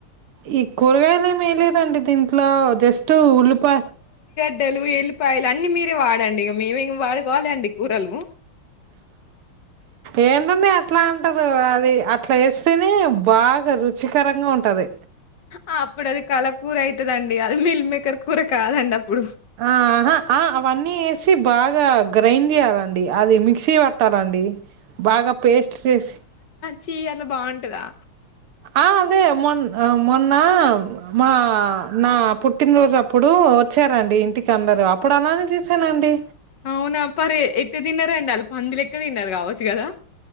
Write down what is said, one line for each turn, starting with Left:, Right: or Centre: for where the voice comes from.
Right: ఈ కూరగాయలేమీ ఏయలేదండి దీన్ ట్లో జస్టు ఉల్లిపా
Left: డ్డలు ఎల్లిపాయలు అన్నిీ మీరే వాడండి ఇగ మీ మేమి వాడుకోవాలండి కూరలు
Right: ఏంటున్నయ్ అట్లా అంటారు అది అట్లా ఎస్ తెనే బాగా రుచికరంగా ఉంటది
Left: ఆ అప్పుడు అది కళకూర అవుతుదండి అది మిల్ మేకర్ కూర కాదండి అప్పుడు
Right: ఆహా ఆ అవన్నీ వేసి బాగా గ్రైండ్ చేయ్యాలండి అది మిక్స్ సి పట్టాలండి బాగా పేస్ట్ చేసి
Left: చీ అట్లా బాగుంటదా
Right: ఆ అదే మొ మొన్న మా నా పుట్టినరోజు అప్పుడు వచ్చారండి ఇంటికి అందరూ అప్పుడు అలానే చూసానండి
Left: అవునా ప్పే ఎట్లా తిన్నారు అండి పంది లెక్క తిన్నారు కావచ్చు కదా